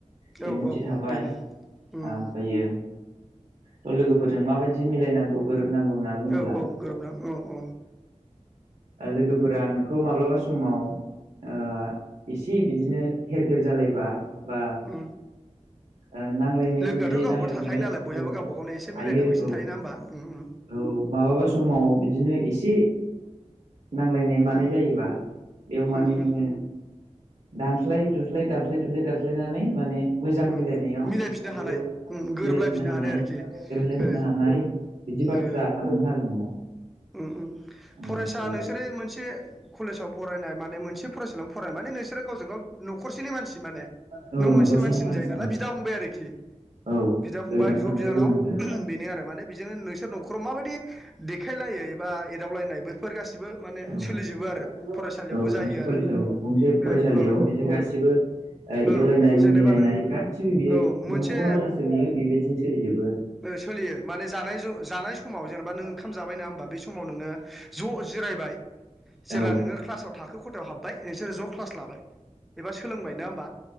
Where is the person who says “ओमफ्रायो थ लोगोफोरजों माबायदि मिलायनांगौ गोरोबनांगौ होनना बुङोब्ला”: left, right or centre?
Right